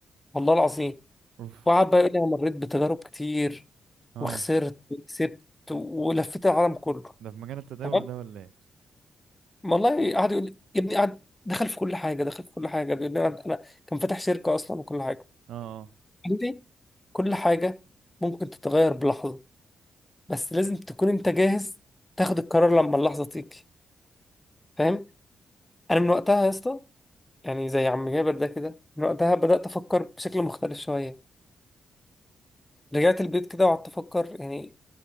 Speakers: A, on the left (about 15°); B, on the right (about 80°).
A: والله العظيم
B: اوف
A: وقعد بقى يقول لي انا مريت بتجارب كتير
B: اه
A: وخسرت وكسبت ولفيت العالم كله
B: ده في مجال التداول
A: تمام
B: ده ولا ايه
A: والله قعد يقول لي يا ابني قعد دخل في كل حاجه دخل في كل حاجه بيقول لي انا أنا كان فاتح شركه اصلا وكل حاجه
B: اه
A: قال لي كل حاجه ممكن تتغير بلحظه بس لازم تكون انت جاهز تاخد القرار لما اللحظه تيجي فاهم انا من وقتها يا اسطى يعني زي عم جابر ده كده من وقتها بدأت أفكر بشكل مختلف شوية رجعت البيت كده وقعدت أفكر يعني